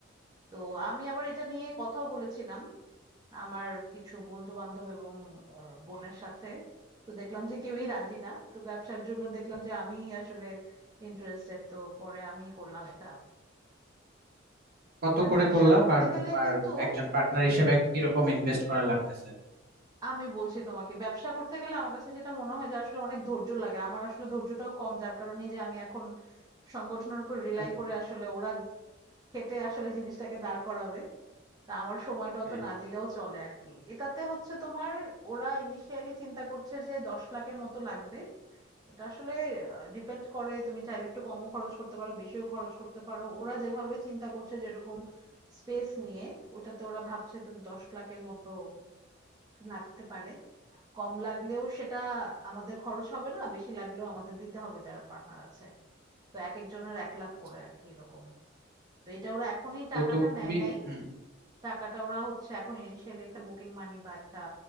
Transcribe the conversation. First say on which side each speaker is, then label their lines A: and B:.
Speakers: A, on the right (about 20°); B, on the right (about 50°).
A: তো আমি আবার এটা নিয়ে কথাও বলেছিলাম আমার কিছু বন্ধু বান্ধব এবং আহ, বোনের সাথে তো দেখলাম যে কেউই রাজি না তো ব্যবসার জন্য দেখলাম যে আমি আসলে ইন্টারেস্টেড তো পরে আমি করলাম এটা
B: কত
A: আর
B: করে
A: ব্যবসা
B: করলা
A: করতে
B: পার
A: গেলে
B: পার
A: কিন্তু
B: একজন পার্টনার হিসেবে কিরকম ইনভেস্ট করা লাগতেছে
A: আমি বলছি তোমাকে ব্যবসা করতে গেলে আমার কাছে যেটা মনে হয় যে আসলে অনেক ধৈর্য লাগে আমার আসলে ধৈর্যটাও কম যার কারণেই যে আমি এখন সংগঠনের উপর রিলাই
B: <laughs>
A: করে আসলে ওরা খেটে আসলে জিনিসটাকে দাঁড় করাবে তা আমার সময়টা অত
B: হ্যাঁ
A: না দিলেও চলে আর কি এটাতে হচ্ছে তোমার ওরা ইনিশিয়ালি চিন্তা করছে যে দশ লাখের মতো লাগবে এটা আসলে ডিপেন্ড করে তুমি চাইলে একটু কমও খরচ করতে পারো বেশিও খরচ করতে পারো ওরা যেভাবে চিন্তা করছে যেরকম স্পেস নিয়ে ওটাতে ওরা ভাবছে তো দশ লাখের মতো লাগতে পারে কম লাগলেও সেটা আমাদের খরচ হবে না, বেশি লাগলেও আমাদের দিতে হবে যারা পার্টনার আছে। তো একেকজনের এক লাখ
B: আচ্ছা।
A: করে আরকি এরকম। তো এটা ওরা এখনই
B: তো
A: টাকাটা
B: তুমি
A: নেয় নাই।
B: হুম
A: টাকাটা ওরা হচ্ছে এখন initially একটা বুকিং মানি বা একটা